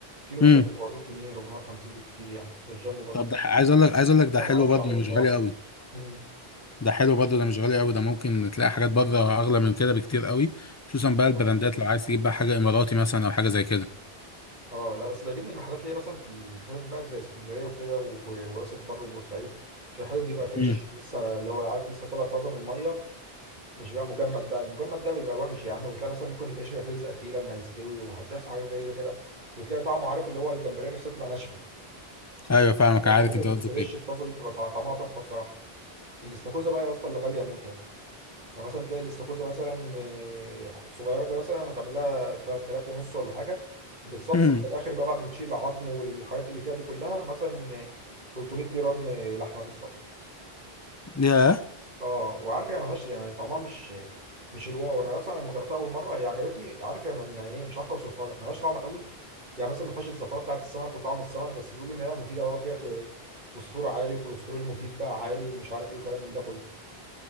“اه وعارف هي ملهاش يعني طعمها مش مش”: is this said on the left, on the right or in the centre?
Right